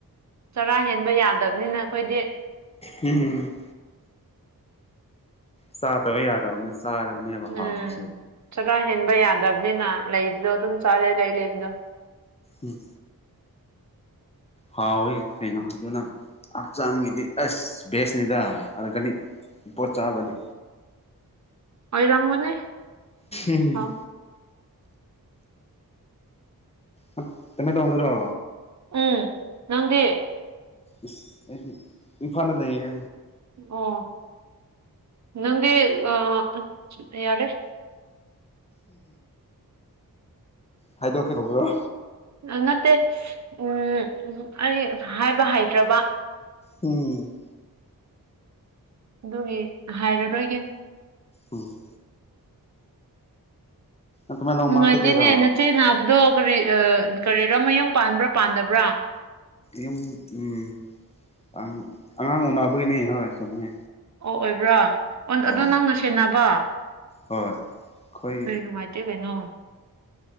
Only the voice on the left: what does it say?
ꯎꯝ ꯆꯥꯗꯕ ꯌꯥꯗꯕꯅꯤ ꯆꯥꯔꯕꯅꯦꯕ ꯍꯥꯎꯗ꯭ꯔꯁꯨ
ꯎꯝ ꯍꯥꯎꯋꯤ ꯀꯩꯅꯣ ꯑꯗꯨꯅ ꯍꯛꯆꯥꯡꯒꯤꯗꯤ ꯑꯁ ꯕꯦꯁꯅꯤꯗ ꯑꯔꯒꯥꯅꯤꯛ ꯄꯣꯠ ꯆꯥꯕꯗꯤ
ꯎꯝ
ꯑ ꯇꯃꯦꯡꯂꯣꯡꯗꯔꯣ
ꯏꯁ ꯑꯩꯗꯤ ꯏꯝꯐꯥꯟꯗ ꯂꯩꯌꯦ
ꯍꯥꯏꯗꯣꯛ ꯀꯦ ꯇꯧꯕꯔꯣ
ꯎꯝ
ꯎꯝ ꯇꯃꯦꯡꯂꯣꯡꯃꯛꯇꯒꯤꯔꯣ
ꯌꯨꯝ ꯎꯝ ꯑꯪ ꯑꯉꯥꯡ ꯎꯅꯕꯒꯤꯅꯦ ꯍꯣꯏ ꯆꯨꯝꯃꯦ
ꯑꯣ
ꯍꯣꯏ ꯑꯩꯈꯣꯏ